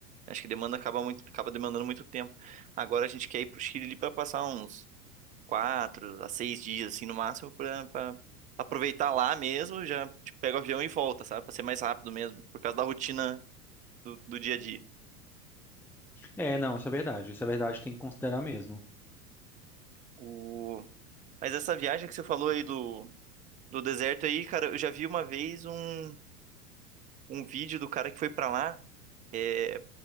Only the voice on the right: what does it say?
Acho que demanda acaba muito, acaba demandando muito tempo. Agora a gente quer ir pro Chile ali para passar uns quatro a seis dias, assim, no máximo, pra, pra pra aproveitar lá mesmo, já tipo, pega o avião e volta, sabe? Pra ser mais rápido mesmo, por causa da rotina do, do dia a dia.
O... Mas essa viagem que você falou aí do, do deserto aí, cara, eu já vi uma vez um, um vídeo do cara que foi pra lá, é,